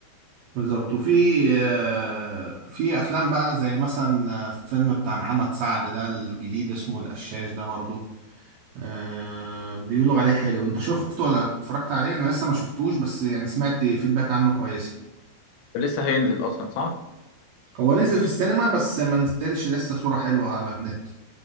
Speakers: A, on the right (about 80°); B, on the left (about 85°).
A: بالظبط وفي آه، في أفلام بقى زي مثلا آه، فيلم بتاع محمد سعد ده الجديد اسمه القشاش ده برضو آه، بيقولوا عليه حلو أنت شفته ولا اتفرجت عليه؟ أنا لسه ما شفتوش بس يعني سمعت فيدباك عنه كويسة
B: لسه هينزل اصلا صح
A: هو نزل في السينما بس ما نزلش لسه صورة حلوة على النت